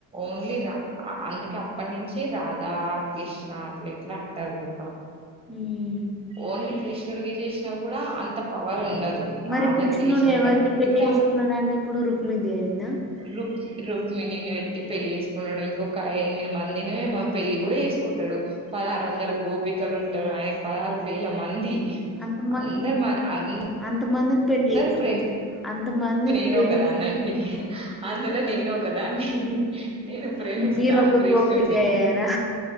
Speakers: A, on the right; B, in the centre.
A: ఓన్లీ రా అందుకే అప్పటి నుంచి రాధా కృష్ణ అట్ల ఇట్లా అంటారు ఊక
B: హ్మ్.
A: ఓన్లీ కృష్ణుడికి చేసినా కూడా అంత పవర్ ఉండద్ దు రాధక్
B: మరి కృష్ణుడు
A: జేసినంకనే
B: ఎవరిని పెళ్లి
A: ఇప్పుడు
B: చేసుకున్నాడండి
A: ఆమే
B: ఇప్పుడు? రుక్మిదేవినా?
A: రుక్ రుక్మిణీని పెళ్లి చేసుకుంటడు ఇంకొక ఎనిమిది మందిని పెళ్లి కూడా వేసుకుంటడు పదహారు వందల గోపి కలు ఉంటరు ఆయనకి పదహారు వేల మంది
B: అంత మాత్రం
A: అందరు మ అంధ
B: అంతమందిని పెళ్లి
A: ధర
B: చేసుకుంటున్నా
A: ప్రేమ
B: అంతమందిని
A: నేను
B: ప్రేమిస్
A: ఒకదాన్న అండి అందులో నేను ఒకదాన్ని నేను ప్రేమిస్తా
B: మీరు ఒక
A: అ కృష్ణుణ్ణి
B: గోపిక అయ్యారా